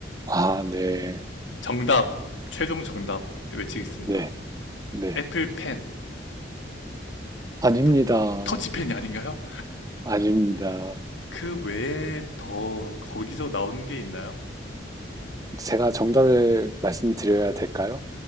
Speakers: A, on the right; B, on the left.
A: 아, 네.
B: 정답, 최종 정답 외치겠습니다.
A: 네. 네.
B: 애플펜,
A: 아닙니다.
B: 터, 터치펜이 아닌가요?
A: 아닙니다.
B: 그 외에 더 거기서 나오는 게 있나요?
A: 제가 정답을 말씀드려야 될까요?